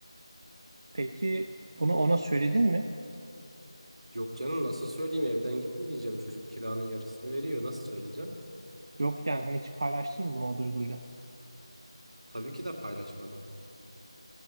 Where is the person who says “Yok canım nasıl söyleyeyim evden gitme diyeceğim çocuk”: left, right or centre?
Right